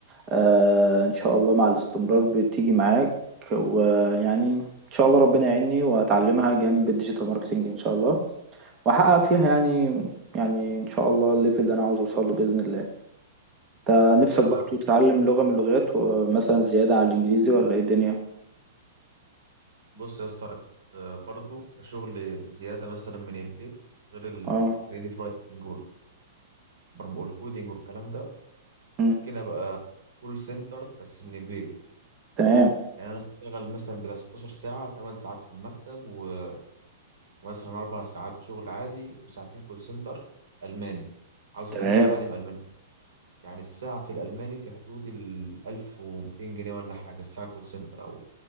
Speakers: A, on the right; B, on the right.
A: آه ان شاء الله مع الاستمرار بتيجي معاك ويعني ان شاء الله ربنا يعيني واتعلمها جنب الديجيتال ماركتنج ان شاء الله واحقق فيها يعني يعني ان شاء الله الليفل اللي انا عاوز اوصل له باذن الله انت نفسك
B: حلو
A: برضه
B: يعني
A: تتعلم لغه من اللغات ومثلا زياده على الانجليزي ولا ايه الدنيا
B: بص يا اسطى أنا كنت آه، برضو كشغل زيادة مثلا من البيت غير الكريديف
A: اه
B: رايتنج والكودينج والكلام ده
A: مم.
B: ممكن ابقى كول سنتر بس من البيت
A: تمام
B: يعني انا اشتغل مثلا بتاع 16 ساعه 8 ساعات في المكتب و- ومثلا 4 ساعات شغل عادي وساعتين كول سنتر الماني عاوز
A: تمام
B: أت- نفسي اتعلم الماني يعني الساعه في الالماني في حدود ال 1200 جنيه ولا حاجه الساعه كول سنتر او